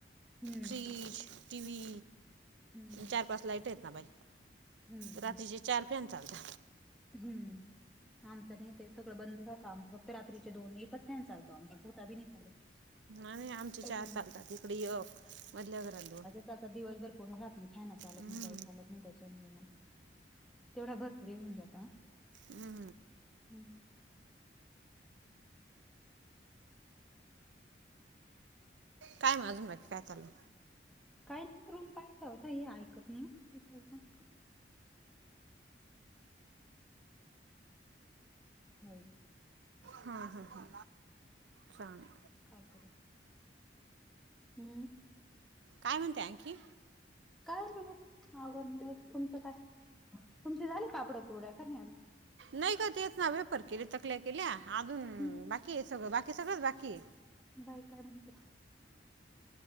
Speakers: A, in the centre; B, on the right (about 85°).
A: हम्म
B: फ्रीज, टीवी.
A: हम्म
B: चार पाच लाईट आहेत ना बाई,
A: हम्म
B: रात्रीचे चार फॅन चालता.
A: हूं! आमचं नाही तेे सगळं बंद राहत, आमचं फक्त रात्रीचे दोन एकच फॅन चालतो आमचा, <unintelligible> बी नही चालत.
B: आणि आमचे चार
A: त्याच्यामुळे
B: चालतात तिकडे येक, मधल्या घरात दोन.
A: सहसा दिवस भर कोणी राहात नाही, फॅन चालत
B: हम्म,
A: नाही, काही चालत नहीं त्याच्यामुळं मग तेवढा भरपूर हे हुन जाता नां.
B: हू!
A: हू!
B: काय म अजून बाकी काय चाललं?
A: काय नही रूम पाहायचा होता, हे ऐकत नही हो डोक्याला ताण. <unintelligible>
B: हां हां हां चाले
A: काय करी हू!
B: काय म्हणते आणखी!
A: काय नाही <unintelligible> तुमचे झाले पापडं कुरड्या, का नही आजून.
B: नही ग तेच ना, वेपर केले, चकल्या केल्या, अजून
A: हम्म.
B: बाकीय सगळं, बाकी सगळंच बाकीय.
A: बाई काय म्हणत्या.